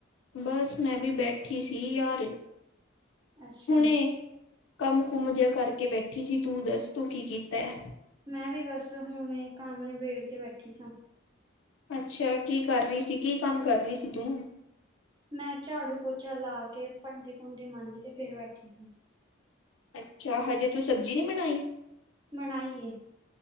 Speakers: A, on the left (about 75°); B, on the right (about 20°).
A: ਬਸ ਮੈਂ ਵੀ ਬੈਠੀ ਸੀ ਯਾਰ,
B: ਅੱਛਾ,
A: ਹੁਣੇ ਕੰਮ ਕੁਮ ਜਿਹਾ ਕਰਕੇ ਬੈਠੀ ਸੀ। ਤੂੰ ਦੱਸ ਤੂੰ ਕੀ ਕੀਤਾ ਹੈ
B: ਮੈਂ ਵੀ ਬਸ ਹੁਣ ਕੰਮ ਨਿਬੇੜ ਕੇ ਕੇ ਬੈਠੀ ਸਾਂ,
A: ਅੱਛਾ ਕੀ ਕਰ ਰਹੀ ਸੀ, ਕੀ ਕੰਮ ਕਰ ਰਹੀ ਸੀ ਤੂੰ?
B: ਮੈਂ ਝਾੜੂ ਪੋਚਾ ਲਾ ਕੇ ਭਾਂਡੇ ਭੂੰਡੇ ਮਾਜ ਕੇ ਫੇਰ ਬੈਠੀ ਸੀ।
A: ਅੱਛਾ ਹਜੇ ਤੂੰ ਸਬਜ਼ੀ ਨੀ ਬਣਾਈ।
B: ਮਨਾਈਏ,